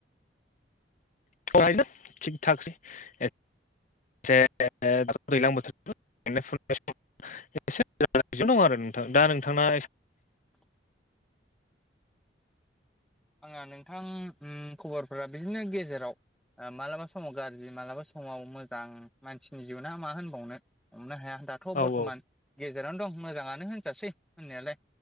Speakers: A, on the left (about 40°); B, in the centre.
A: <unintelligible> थिग थकसै ए दैज्लां बोथोर <unintelligible> एसे दं आरो नोंथां दा नोंथांना
B: <unintelligible> आंना नोंथां उम खबरफोरा बिदिनो गेजेराव आ मालाबा समाव गाज्रि मालाबा समाव मोजां मानसिनि जिउना मा होनबावनो हमनो हाया दाथ'
A: औ
B: बर्थमान
A: औ
B: गेजेरावनो दं मोजाङानो होनजासै होननायालाय